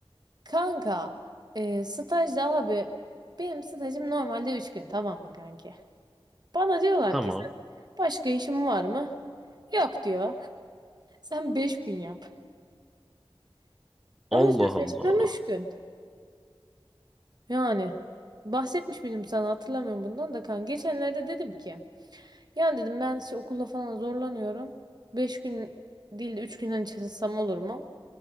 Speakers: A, on the right; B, in the centre.
A: Kanka e, stajda abi benim stajım normalde üç gün tamam mı kanki? Bana diyorlar
B: tamam.
A: ki sen başka işin var mı? Yok diyor. Sen 5 gün yap. Ama
B: Allah
A: sözleşmem
B: Allah.
A: 3 gün. Yani bahsetmiş miydim sana hatırlamıyorum bundan da kan. Geçenlerde dedim ki yani dedim ben işte okulla falan zorlanıyorum. beş gün değil de 3 günden çalışsam olur mu?